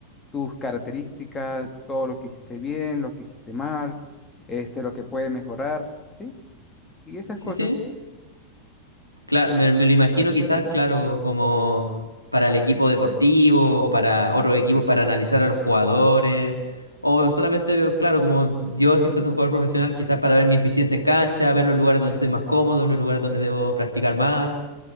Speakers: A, on the left; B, on the left.
A: tus características, todo lo que hiciste bien, lo que hiciste mal, este, lo que puede mejorar, ¿sí? Y esas
B: Sí,
A: cosas.
B: sí, Claro, me, me lo imagino quizás, claro, como para el equipo deportivo o para otros equipos para analizar a los jugadores. O solamente, claro, como yo si fuese un jugador profesional, quizás para ver mi eficiencia en cancha, ver los lugares donde estoy más cómodo, los lugares donde debo practicar más.